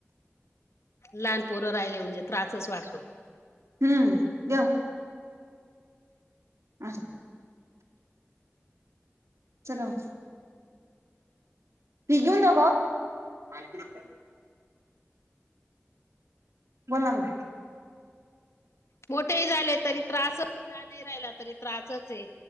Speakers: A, on the left; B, on the right.
A: लहान पोरं राहिले, म्हणजे त्रासच वाढतो.
B: हम्म, जेव. अस <unintelligible> चला <unintelligible> तो घेऊन जावो काओ? बोला ना.
A: मोठेही झाले, तरी त्रासच, लहानही राहिला, तरी त्रासच ये.